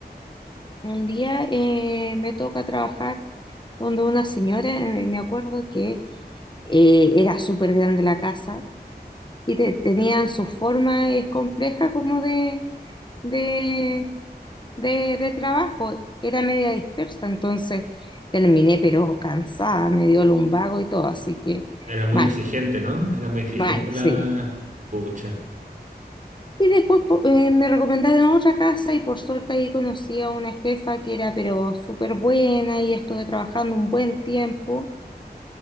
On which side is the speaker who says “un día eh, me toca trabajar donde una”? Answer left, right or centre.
Left